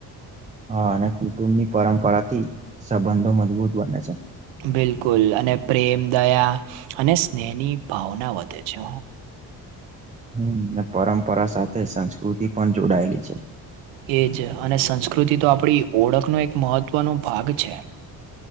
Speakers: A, on the right (about 15°); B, on the right (about 75°).
A: હા અને કુટુંબની પરંપરાથી સંબંધો મજબૂત બને છે.
B: બિલકુલ અને પ્રેમ દયા અને સ્નેહની ભાવના વધે છે.
A: હું પરંપરા સાથે સંસ્કૃતિ પણ જોડાયેલી છે.
B: એ જ અને સંસ્કૃતિ તો આપડી ઓળખનો એક મહત્વનો ભાગ છે.